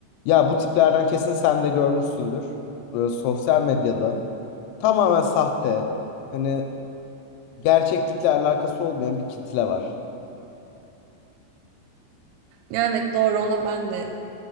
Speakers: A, on the left; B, on the right.
A: Ya bu tiplerden kesin sen de görmüşsündür. Böyle sosyal medyada tamamen sahte. Hani gerçeklikle alakası olmayan bir kitle var.
B: Evet doğru ona ben de